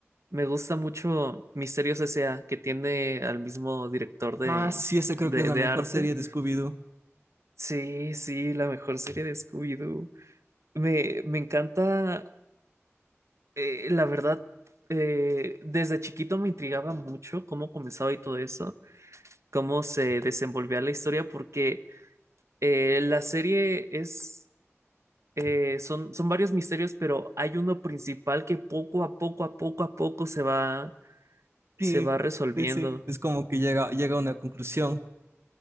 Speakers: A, on the right (about 75°); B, on the right (about 60°).
A: me gusta mucho Misterios S.A., que tiene al mismo director de,
B: Ah, sí, esa creo
A: de,
B: que es la
A: de
B: mejor
A: arte.
B: serie de Scooby-Doo.
A: Sí, sí, la mejor serie de Scooby-Doo. Me, me encanta, eh, la verdad, eh, desde chiquito me intrigaba mucho cómo comenzaba y todo eso, cómo se desenvolvía la historia, porque eh, la serie es eh, son, son varios misterios, pero hay uno principal que poco a poco, a poco a poco se va,
B: Sí,
A: se va resolviendo.
B: sí, sí. Es como que llega, llega a una conclusión.